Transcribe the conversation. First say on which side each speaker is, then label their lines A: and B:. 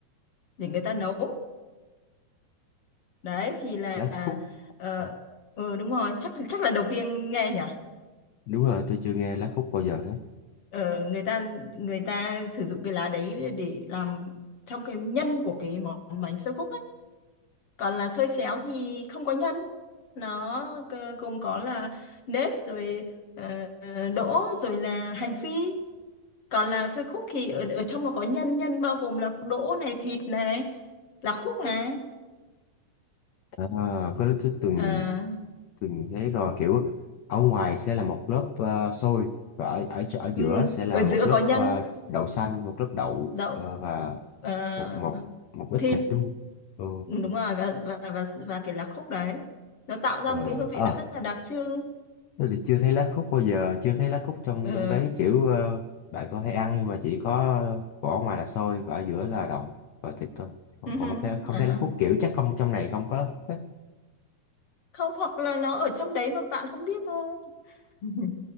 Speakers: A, on the left (about 45°); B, on the left (about 80°).
A: để người ta nấu đấy thì là
B: lá khúc
A: ờ
B: Ồ,
A: ừ, đúng rồi chắc chắc là đầu tiên nghe nhỉ
B: đúng rồi tôi chưa nghe lá khúc bao giờ hết
A: ờ, người ta người ta sử dụng cái lá đấy để làm trong cái nhân của cái món bánh xôi khúc còn là xôi xéo thì không có nhân nó c- gồm có là nếp rồi ờ, ờ, đỗ rồi là hành phi còn là xôi khúc thì ở, ở trong nó có nhân nhân bao gồm là đỗ này thịt này là khúc này
B: à, có lẽ tôi từng
A: Ờ,
B: Từng thấy rồi kiểu ở ngoài sẽ là một lớp ờ, xôi và ở, ở chỗ- ở
A: ừ,
B: giữa sẽ là
A: ở giữa
B: một lớp
A: có nhân
B: ờ, đậu xanh, một lớp đậu
A: đậu
B: ờ, và
A: ờ,
B: một một một ít
A: thịt
B: thịt đúng không? Ừ.
A: Ừ, đúng rồi và và và và cái lá khúc đấy nó tạo ra
B: Ờ,
A: một cái hương vị
B: ờ,
A: nó rất là đặc trưng
B: thế thì chưa thấy lá khúc bao giờ, chưa thấy lá khúc trong
A: Ờ,
B: trong đấy kiểu ờ, bạn tôi hay ăn nhưng mà chỉ có vỏ ngoài là xôi và ở giữa là đậu và thịt thôi. Không
A: ừ,
B: còn
A: hừ,
B: không thấy không
A: à
B: thấy
A: ha.
B: lá khúc kiểu chắc không trong này không có lá khúc hết.
A: không hoặc là nó ở trong đấy mà bạn không biết thôi <laughs>